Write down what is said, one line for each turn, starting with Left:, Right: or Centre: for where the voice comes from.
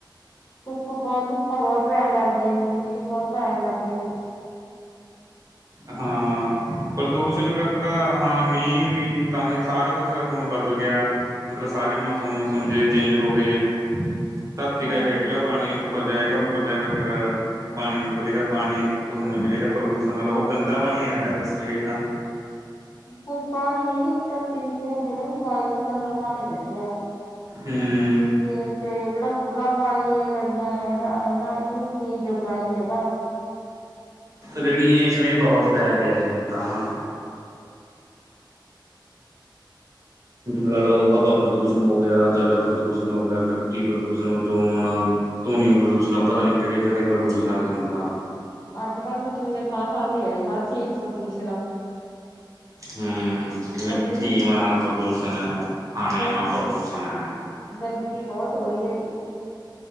Left: ਧੁੱਪ ਬਹੁਤ ਧੁੱਪਾ ਬਹੁਤ ਪੈਣ ਲੱਗ ਗਈ ਜੀੀ ਬਹੁਤ ਪੈਣ ਲੱਗ ਗਏ
Right: ਹਾਂ ਪ੍ਰਦੂਸ਼ਣ ਕਰਕਾ ਹਾਂ ਮੀਂਹ ਵੀ ਤਾਂ ਹੀ ਸਾਰਾ ਕੁਛ ਹੁਣ ਬਦਲ ਗਿਆ ਮਤਲਬ ਸਾਰੇ ਮੌਸਮ ਮਸਮ ਜੇ ਚੇਂਜ ਹੋ ਗਏ ਤਾਫਤੀਿਕ
Left: ਹਮ
Right: ਹੇਡਲਾ ਪਾਣੀ ਉੱਪਰ ਜਾਏਗਾ ਉੱਪਰ ਜਾ ਕੇ ਫਿਰ ਪਾਣੀ ਬਦਲੇਗਾ ਪਾਣੀ ਉਸ ਨਾਲ ਮਿਲੇਗਾ ਪ੍ਰਦੂਸ਼ਣ ਨਾਲ ਉਹ ਗੰਦਾ ਪਾਣੀ ਆਾਰਹਾ ਦੱਸਵੇ ਹੇਠਾਂ
Left: ਹੁਣ ਪਾਣੀ ਹੈ ਹੀ ਨੀ ਧਾਤੀ ਨੀਚੇ ਹੁਣ ਜਿਹੜਾ ਵੀ ਪਾਣੀ ਆ ਬੰਦਾ ਪਾਣੀ ਰਹਿ ਗਿਆ
Right: ਹੂੰ
Left: ਕਿਕ ਤੇ ਜਿਹੜਾ ਉਪਰਲਾ ਪਾਣੀ ਨਦੀਆਂ ਨੇ ਹੈਗਾ ਨਾ ਇਹ ਕਈ ਜੱਗਾ ਨੀ ਹੈਗਾ
Right: ਰੇਡੀਏਸ਼ਨ ਇਹ ਬਹੁਤ ਫੈਲ ਗਿਆ ਜੀ ਹੁਣ ਤਾਂ ਲ ਲਓ ਹਵਾ ਪ੍ਰਦੂਸ਼ਣ ਹੋ ਗਿਆ ਜਲ ਪ੍ਰਦੂਸ਼ਣ ਹੋ ਗਿਆ ਮਿੱਟੀ ਪ੍ਰਦੂਸ਼ਣ ਹੋ ਜੋਣ ਧੁਨੀ ਪ੍ਰਦੂਸ਼ਣ ਹੋ ਪਤਾ ਨੀ ਕਿਹੜੇ ਕਿਹੜੇ ਪ੍ਰਦੂਸ਼ਣ ਆ ਗ ਹੁਣ ਤਾਂ
Left: ਅੱਜ ਕੱਲ੍ਹ ਪ੍ਰਦੂਸ਼ਣ ਥਾਂ ਥਾਂ ਤੇ ਹੈ ਜ ਹਰ ਚੀਜ਼ ਚ ਪ੍ਰਦੂਸ਼ਣ ਆ
Right: ਹਮ ਮਿੱਟੀ
Left: ਗੰਦਗੀ
Right: ਮਾ ਪ੍ਰਦੂਸ਼ਣ ਖਾਣੇ
Left: ਗੰ
Right: ਮਾ ਪ੍ਰਦੂਸ਼ਣ ਹੈ
Left: ਗੰਦਗੀ ਬਹੁਤ ਹੋ ਰਹੀ ਹੈ ਜੀ।